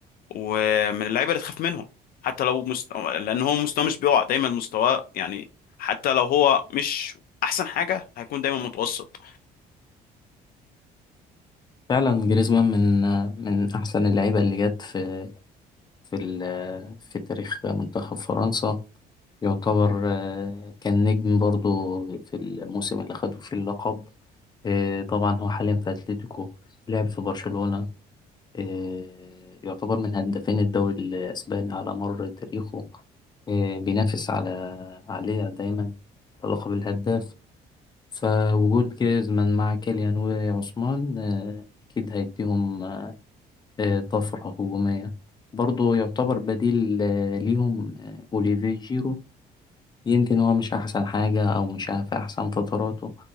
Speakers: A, on the left; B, on the left.
A: ومن اللعيبة اللي تخاف منهم حتى لو مست... لان هو مستواه مش بيقع دايما مستواه يعني حتى لو هو مش احسن حاجة هيكون دايما متوسط
B: فعلا جريزمان من من أحسن اللعيبة اللي جت في في ال- في تاريخ منتخب فرنسا يعتبر آه، كان نجم برضو في الموسم اللي خدوا فيه اللقب آه، طبعا هو حاليا في أتلتيكو لعب في برشلونة آه، يعتبر من هدافين الدوري الأسباني على مر تاريخه آه، بينافس على عليه دايما على لقب الهداف فوجود جيزمان مع كيليان وعثمان آه، أكيد هيديهم آه، طفرة هجومية برضه يعتبر بديل آه، ليهم آه، أوليفيه جيرو يمكن هو مش أحسن حاجة أو مش في أحسن فتراته